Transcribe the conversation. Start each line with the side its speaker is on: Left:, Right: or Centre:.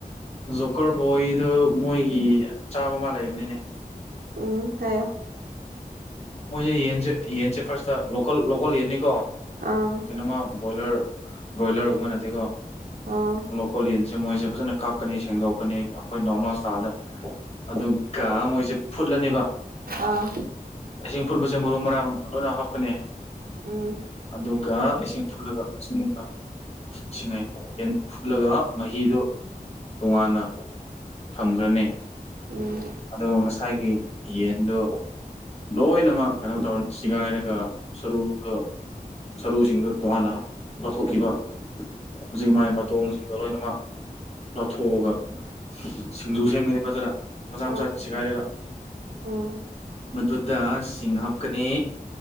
Left: ꯖꯣꯀꯔ ꯕꯣꯏꯗꯣ ꯃꯣꯏꯒꯤ ꯆꯥꯔꯝ ꯑꯃ ꯂꯩꯕꯅꯤꯅꯦ
Right: ꯎꯝ ꯍꯥꯏꯌꯣ
Left: ꯃꯣꯏꯁꯦ ꯌꯦꯟꯁꯦ ꯌꯦꯟꯁꯦ ꯐꯥꯔꯁꯇ ꯂꯣꯀꯜ ꯂꯣꯀꯜ ꯌꯦꯟꯅꯤꯀꯣ
Right: ꯑꯥ
Left: ꯑꯃ ꯕꯣꯏꯂꯔ ꯕꯔꯣꯏꯂꯔ ꯒꯨꯝꯕ ꯅꯠꯇꯦꯀꯣ
Right: ꯑꯥ
Left: ꯀꯣꯂꯤꯌꯦꯟꯁꯦ ꯃꯣꯏꯁꯦ ꯐꯖꯅ ꯀꯛꯀꯅꯤ ꯁꯦꯡꯗꯣꯛꯀꯅꯤ ꯑꯩꯈꯣꯏ ꯅꯣꯔꯃꯦꯜ ꯁꯇꯥꯏꯜꯗ ꯑꯗꯨ ꯒꯥ ꯃꯣꯏꯁꯦ ꯐꯨꯠꯂꯅꯦꯕ
Right: ꯑꯥ
Left: ꯏꯁꯤꯡ ꯐꯨꯠꯄꯁꯦ ꯃꯔꯨ ꯃꯔꯥꯡ ꯂꯣꯏꯅ ꯍꯥꯞꯀꯅꯤ
Right: ꯎꯝ
Left: ꯑꯗꯨꯒ ꯏꯁꯤꯡ ꯐꯨꯜꯂꯒ ꯏꯁꯤꯡ ꯁꯤꯡꯉꯥꯏ ꯌꯦꯟ ꯐꯨꯠꯂꯒ ꯃꯍꯤꯗꯨ ꯇꯣꯉꯥꯟꯅ ꯊꯝꯈ꯭ꯔꯅꯤ
Right: ꯎꯝ
Left: ꯑꯗꯨ ꯉꯁꯥꯏꯒꯤ ꯌꯦꯟꯗꯨ ꯂꯣꯏꯅꯃꯛ ꯀꯩꯅꯣ ꯇꯧꯔꯥꯒꯥ ꯁꯤꯒꯥꯏꯔꯒ ꯁꯔꯨꯗ ꯁꯔꯨꯁꯤꯡꯗꯨ ꯇꯣꯉꯥꯟꯅ ꯂꯧꯊꯣꯛꯈꯤꯕ ꯍꯧꯖꯤꯛ ꯃꯥꯥꯏ ꯃꯇꯣꯡꯁꯤꯡꯗꯣ ꯂꯣꯏꯅꯃꯛ ꯂꯧꯊꯣꯛꯂꯒꯥ ꯁꯤꯡꯖꯨ ꯁꯦꯝꯒꯅꯤ ꯐꯖꯅꯥ ꯃꯆꯥ ꯃꯆꯥ
Right: ꯑꯥ
Left: ꯁꯤꯒꯥꯏꯔꯒꯥ
Right: ꯎꯝ
Left: ꯃꯗꯨꯗꯥ ꯁꯤꯡ ꯍꯥꯛꯀꯥꯅꯤ